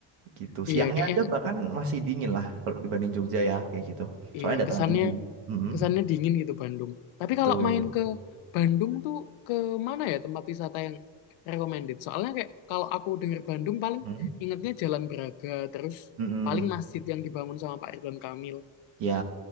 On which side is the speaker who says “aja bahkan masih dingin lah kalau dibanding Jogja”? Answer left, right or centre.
Right